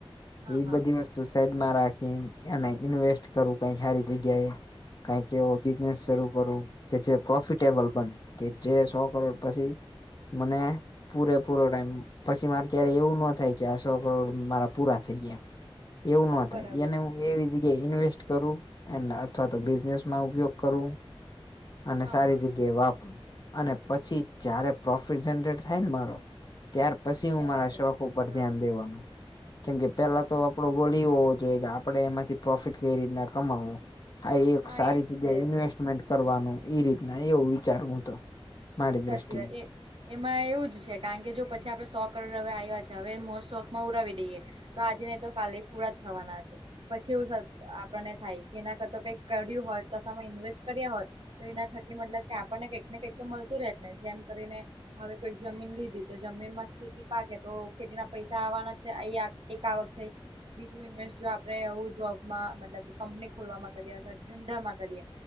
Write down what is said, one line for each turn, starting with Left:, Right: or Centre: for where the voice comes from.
Right: હા
Left: ઈ
Right: હા
Left: બધી વસ્તુ સાઈડમાં રાખીન એને ઈન્વેસ્ટ કરવું કઈ હારી જગ્યા એ કાઈક એવો બિઝનેસ
Right: સાચી
Left: શરૂ
Right: વાત
Left: કરુ કે જે પ્રોફિટેબલ બને કે જે સો કરોડ પછી મને પૂરે પૂરો ટાઈમ પછી મારે ક્યારેય એવું નો થાય કે આ સો કરોડ મારા પૂરા થઈ ગયા એવું નો થાય
Right: બરાબર
Left: એને હુ એવી જગ્યાએ ઇન્વેસ્ટ કરું એને અથવા તો બિઝનેસમાં ઉપયોગ કરુ અને
Right: હા
Left: સારી
Right: હા
Left: જગ્યાએ વાપરું અને પછી જયારે પ્રોફિટ જનરેટ ને મારો ત્યાર પછી
Right: ત્યારે
Left: હું મારા
Right: પછી
Left: શોખ ઉપર
Right: કરવાનું
Left: ધ્યાન દેવાનું કેમ કે પેલા
Right: બરાબર
Left: તો આપડો ગોલ ઈ હોવો જોઈએ કે આપડે એમાંથી પ્રોફિટ કઈ રીતના કમાવો. આ એક
Right: હા
Left: સારી
Right: એજ
Left: જગ્યાએ
Right: છે
Left: ઈન્વેસ્ટમેન્ટ કરવાનું ઈ રીતના એવું વિચારું હુ તો. મારી
Right: સાચી
Left: દ્રષ્ટિએ
Right: વાત એ એમાં એવું જ છે કારણ કે જો પછી આપડણે સો કરોડ હવે આવ્યા છે હવે મો શોખમાં ઉરાવી દઈએ તો આજે નહી તો કાલે પૂરા જ થવાના છે. પછી એવું થ આપણને થાય કે એના કરતો કઈક કર્યું હોત કસામાં ઇન્વેસ્ટ કર્યા હોત તો એના થકી મતલબ કે આપણને કંઈક ને કંઈક તો મળતું રહેત ને જેમ કરીને હવે કોઈક જમીન લીધી તો જમીનમાં ખેતી પાકે તો ખેતીના પૈસા આવવાના છે આ એક આવક થઈ. બીજું ઇન્વેસ્ટ જો આપડે એવુ જોબમાં મતલબ કે કંપની ખોલવામાં કરીએ અથવા ધંધામાં કરીએ.